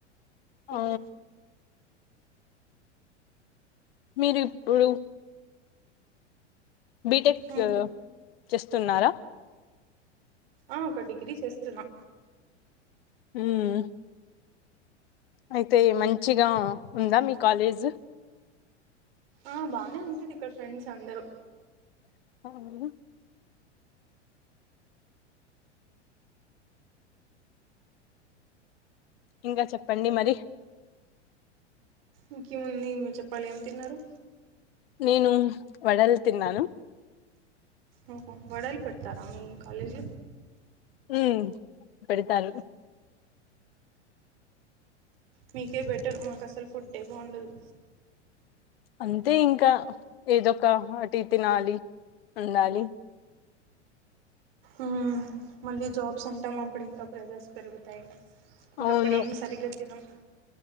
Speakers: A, on the right (about 55°); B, on the left (about 55°).
A: ఎక్
B: ఆ మీరిప్పుడు బిటెక్
A: ఉమ్.
B: చేస్తున్నారా
A: ఆ ఒక డిగ్రీ చేస్తున్నా
B: ఉమ్ అయితే మంచిగా ఉందా మీ కాలేజ్
A: ఆ బానే ఉంటది ఇక్కడ ఫ్రెండ్స్ అందరూ
B: <unintelligible> ఇంగా చెప్పండి మరి
A: ఇంకేముంది మీరు చెప్పాలి ఏం తిన్నారు
B: నేను వడల్ తిన్నాను
A: ఓహో వడలు పెడ్ తార మీ కాలేజ్
B: మ్మ్ పెడతారు
A: మీకే బెటర్ మాకు అసల్ ఫుడ్డే బాగుండదు
B: అంతే ఇంకా ఏదొ ఒక టి తినాలి ఉండాలి
A: మ్మ్. మళ్ళీ జాబ్స్ అంటాం అప్పుడు ఇంకా ప్రెజర్స్ పెరుగుతాయి ఇంక
B: అవును
A: అప్పుడు ఏం సరిగ్గాతినం <inaudible>